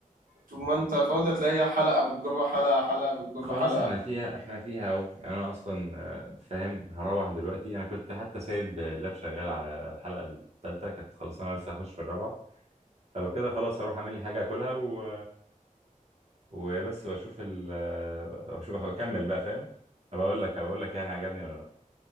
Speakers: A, on the right; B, on the right.
A: طول ما انت فاضي هتلاقي حلقة بتجر حلقة حلقة بتجر
B: خلاص
A: حلقة
B: احنا فيها احنا فيها اهو يعني انا اصلا آه، فاهم هروح دلوقتي انا كنت حتى سايب اللاب شغال على الحلقه الثالثه كانت خلصانه لسه هخش في الرابعه فلو كده خلاص هروح اعمل لي حاجه اكلها و... وبس واشوف ال آه، واشوف اكمل بقى فاهم هبقى اقول لك هبقى اقول لك يعني عجبني ولا لا